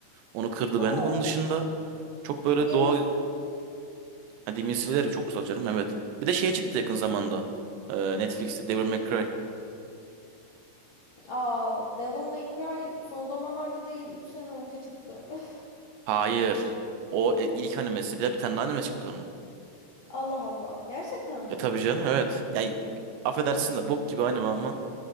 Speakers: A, on the right; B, on the left.
A: Onu kırdı
B: O
A: bende. Onun dışında çok böyle
B: Demon
A: doğa Ha, Demon Slayer çok güzel canım evet. Bir de şey çıktı
B: Slayer
A: yakın zamanda. Ee, Netflix'te Devil May Cry.
B: Aa, Devil May Cry son zamanlarda değil, 3 sene önce çıktı. <laughs> Öf,
A: Hayır. O e, ilk animesi. Bir de bir tane daha anime çıktı onun.
B: Allah Allah, gerçekten mi?
A: E tabii canım evet. Yani affedersin de bok gibi anime ama